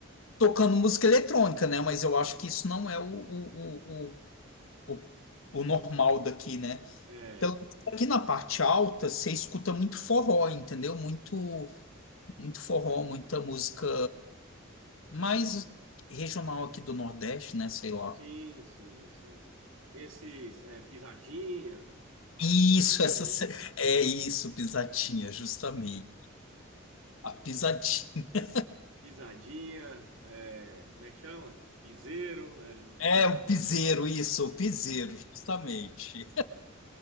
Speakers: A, on the left; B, on the right.
A: tocando música eletrônica, né? Mas eu acho que isso não é o, o, o, o, o o normal daqui, né?
B: É.
A: Pelo menos aqui na parte alta, você escuta muito forró, entendeu? Muito, muito forró, muita música mais regional aqui do Nordeste, né? Sei lá.
B: Sim, sim, sim. Esses é, pisadinha,
A: Isso,
B: coisa assim,
A: essa
B: né?
A: sé- é isso, pisatinha, justamente. A pisatinha.
B: Pisadinha, é, como é que chama? Piseiro, é,
A: É
B: é, isso
A: o
B: que
A: piseiro,
B: foi, é.
A: isso, o piseiro, justamente.